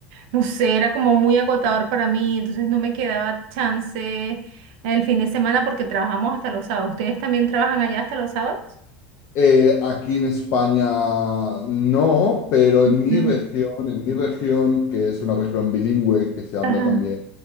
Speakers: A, on the right; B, on the left.
A: no sé, era como muy agotador para mí, entonces no me quedaba chance el fin de semana porque trabajamos hasta los sábados. ¿Ustedes también trabajan allá hasta los sábados?
B: Eh, aquí en España no, pero
A: Ujú.
B: en mi región, en mi región, que es una región bilingüe, que se habla
A: Ajá.
B: también